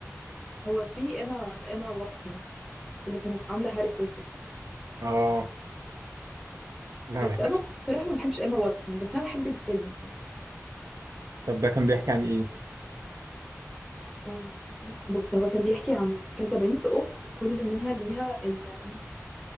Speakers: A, in the centre; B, on the right.
A: هو في ايما ايما واتسون اللي كانت عامله هاري بوتر
B: اه لا
A: بس
B: بحنا.
A: انا بصراحه ما بحبش ايما واتسون بس انا بحب الفيلم
B: طب ده كان بيحكي عن ايه
A: أم، بص هو كان بيحكي عن كذا بنت اخت كل منها ليها ال-